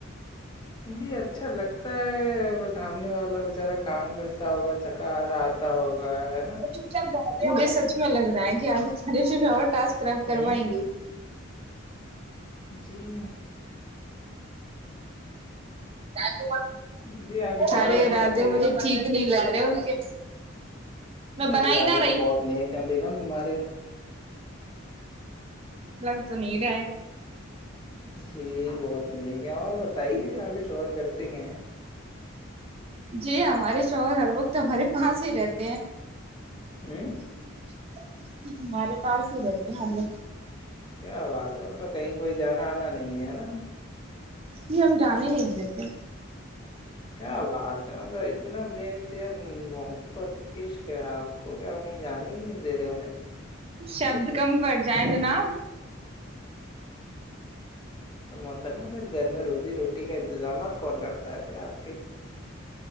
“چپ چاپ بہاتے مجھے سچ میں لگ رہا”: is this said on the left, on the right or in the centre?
Right